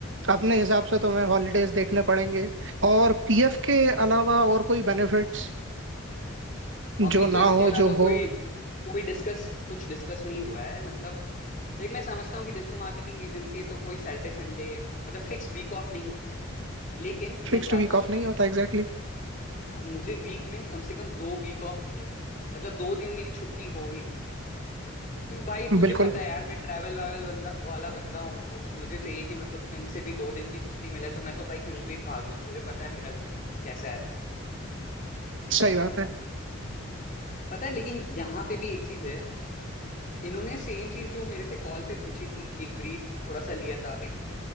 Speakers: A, on the right; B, on the left.
A: अपने हिसाब से तुम्हें हॉलीडेज देखने पड़ेंगे और पीएफ के अलावा और कोई बेनिफिट्स
B: अभी
A: जो ना
B: तो इसके
A: हो
B: अलावा
A: जो हो
B: कोई कोई डिस्कस कुछ डिस्कस नहीं हुआ है मतलब देख मैं समझता हूँ कि डिजिटल मार्केटिंग एजेंसी है तो कोई सैटरडे संडे मतलब फिक्स्ड वीक ऑफ नहीं होगा लेकिन
A: फिक्स्ड
B: मैं चाहता
A: वीक
B: हूँ
A: ऑफ
B: कि
A: नहीं होता एग्जैक्टली
B: अ, मुझे वीक में कम से कम दो वीक ऑफ मिले मतलब दो दिन मेरी छुट्टी हो ही हो क्योंकि
A: exactly.
B: भाई तुझे
A: बिल्कुल
B: पता है यार मैं ट्रैवल वावल बंदा वाला बंदा हूँ मुझ- मुझे चाहिए कि मतलब कहीं से भी दो दिन की छुट्टी मिले तो मैं तो भाई कहीं पे भी भाग जाऊँ तुझे पता है मेरा कैसा है
A: सही बात है
B: पता है लेकिन यहाँ पे भी एक चीज है इन्होंने सेम चीज जो मेरे से कॉल पे पूछी थी एक ब्रीफ थोड़ा सा लिया था